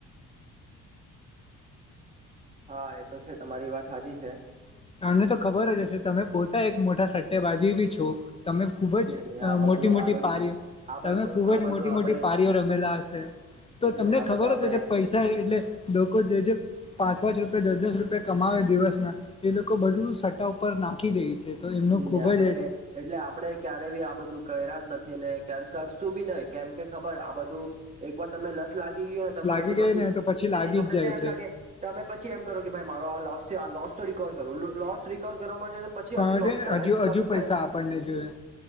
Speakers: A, on the right (about 25°); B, on the left (about 20°).
A: હા એ તો છે, તમારી વાત સાચી છે.
B: <unintelligible> તો ખબર જ હશે તમે પોતા એક મોટા સટ્ટે <unintelligible> બી છો. તમે ખુબ જ
A: નઈ નહી આ બધું
B: મોટી મોટી
A: આ બધું
B: પારી
A: આ બધું
B: તમે ખુબ
A: આ
B: જ
A: બધું
B: મોટી
A: આપડે
B: મોટી પારીઓ રમેલા હશે. તો
A: નઈ
B: તમને
A: નહી આ
B: ખબર
A: બધું આપડે
B: હશે જે પૈસા એટલે લોકો જે જે પાંચ પાંચ રૂપિયા દસ દસ રૂપિયા કમાવે દિવસમાં એ લોકો બધું સટ્ટા ઉપર નાખી દે છે. તો એમનું
A: ન નને
B: ખૂબ
A: આપડે
B: જ
A: એટલે આપડે ક્યારે બી આ બધું કર્યા જ નથી ને જયારે કરશું બી નહી કેમ કે ખબર આ બધું એક વાર તમને લત લાગી ગયોને તમાથી
B: લાગી ગઈ
A: પછી
B: ને તો
A: છ
B: લાગી
A: ન તમનેને
B: જ જાય
A: એમ
B: છે
A: લાગે તમે પછી એમ કરો કે મારો આ લોસ છે મારો લોસ રિકવર કરવું લોસ રિકવર કરવામાં તો પછી
B: પણ
A: હજુ લોસ થાય
B: હજુ
A: લોસ
B: હજુ પૈસા
A: થાય
B: આપણને જોઈએ.